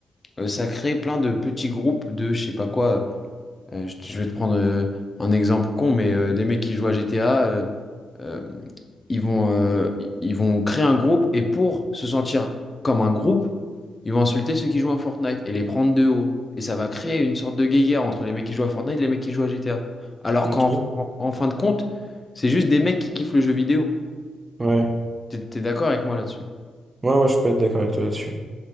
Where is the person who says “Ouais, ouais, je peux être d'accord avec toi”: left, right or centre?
Right